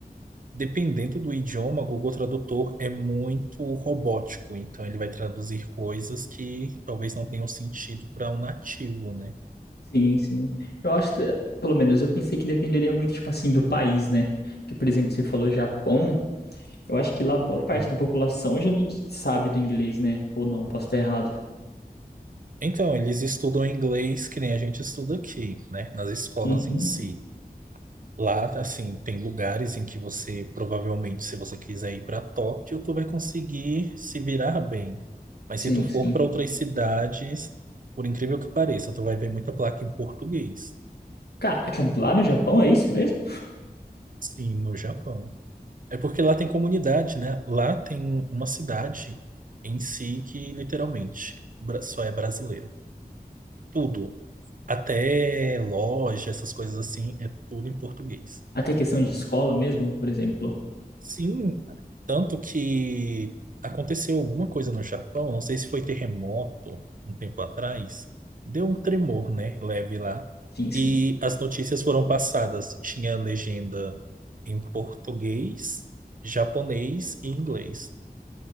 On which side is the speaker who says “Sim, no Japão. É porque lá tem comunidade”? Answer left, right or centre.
Right